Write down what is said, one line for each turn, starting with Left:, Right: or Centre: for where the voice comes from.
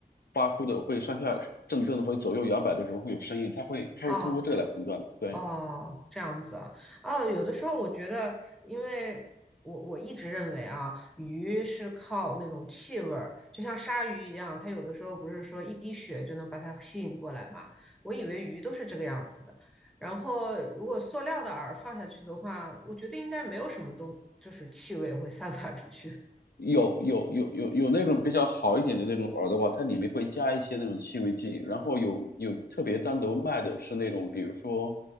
Left: 发出的会上下震动，会左右摇摆的时候会有声音，它会它会通过这个来判断，
Centre: 哦
Left: 对。
Centre: 哦，这样子啊，哦，有的时候我觉得，因为我我一直认为啊，鱼是靠那种气味儿，就像鲨鱼一样，它有的时候不是说一滴血就能把它吸引过来嘛，我以为鱼都是这个样子的。然后如果塑料的饵放下去的话，我觉得应该没有什么东，就是气味会散发出去。
Left: 有有有有有那种比较好一点的那种饵的话，它里面会加一些那种气味剂，然后有有特别单独卖的是那种，比如说，